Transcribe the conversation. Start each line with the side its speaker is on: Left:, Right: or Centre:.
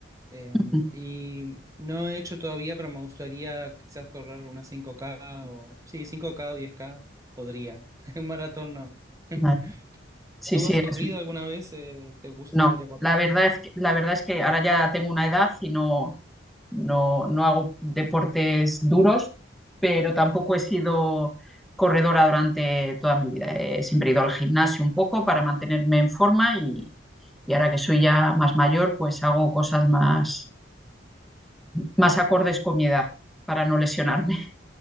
Right: Eh,
Centre: ujú,
Right: y no he hecho todavía, pero me gustaría quizás correr una cinco k o sí, cinco k o 10K podría. <laughs> Un maratón no. <laughs>
Centre: Vale. Sí,
Right: ¿Tú
Centre: sí,
Right: has corrido
Centre: es
Right: alguna vez? Eh, ¿te gusta
Centre: No,
Right: ir a correr?
Centre: la verdad es que, la verdad es que ahora ya tengo una edad y no, no, no hago deportes duros, pero tampoco he sido corredora durante toda mi vida. He siempre ido al gimnasio un poco para mantenerme en forma y, y ahora que soy ya más mayor, pues hago cosas más, más acordes con mi edad para no lesionarme.